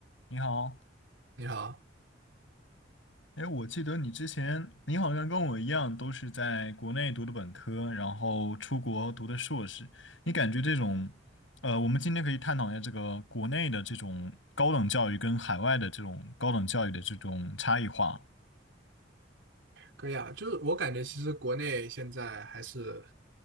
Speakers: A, on the left; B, on the right.
A: 你好，
B: 你好，
A: 哎，我记得你之前，你好像跟我一样，都是在国内读的本科，然后出国读的硕士。你感觉这种，呃，我们今天可以探讨一下这个国内的这种高等教育跟海外的这种高等教育的这种差异化。
B: 可以啊，就是我感觉其实国内现在还是